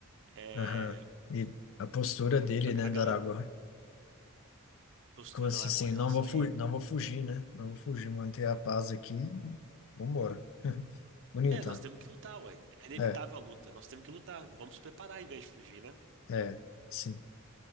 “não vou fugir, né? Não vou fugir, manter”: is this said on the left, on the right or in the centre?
Left